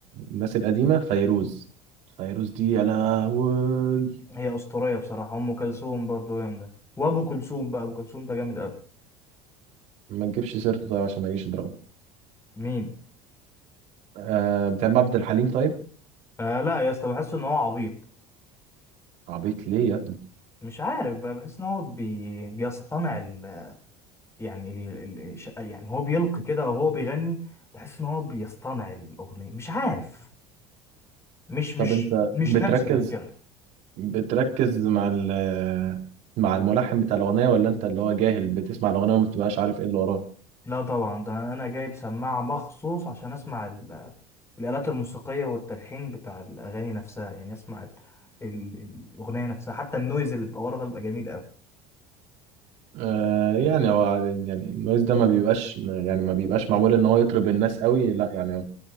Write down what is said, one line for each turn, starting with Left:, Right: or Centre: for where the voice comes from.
Right: الناس القديمه فيروز
Left: مم.
Right: فيروز دي يا لهوي
Left: هي اسطورية بصراحة ام كلثوم برضو جامدة وابو كلثوم بقى ابو كلثوم ده جامد قوي
Right: ما تجيبش سيرته طيب عشان ما يجيش يضربه
Left: مين
Right: أه بتحب عبد الحليم طيب
Left: آه لا يا اسطى بحس ان هو عبيط
Right: عبيط ليه يا ابني
Left: مش عارف بقى بحس ان هو بي... بيصطنع ال... يعني ال... ال... الش- يعني هو بيلقي كده او هو بيغني بحس ان هو بيصطنع الاغنيه مش عارف مش مش
Right: طب انت
Left: مش
Right: بتركز
Left: ناتشرال كده
Right: بتركز مع ال مع الملحن بتاع الاغنيه ولا انت اللي هو جاهل بتسمع الاغنيه وما بتبقاش عارف ايه اللي وراها
Left: لا طبعا ده انا جايب سماعه مخصوص عشان اسمع ال... الالات الموسيقيه والتلحين بتاع الاغاني نفسها يعني اسمع ال... ال... الاغنيه نفسها حتى النويز اللي بيبقى ورا ده بيبقى جميل قوي
Right: آه يعني هو يعني النويز ده ما بيبقاش يعني ما بيبقاش معمول ان هو يطرب الناس قوي لا يعني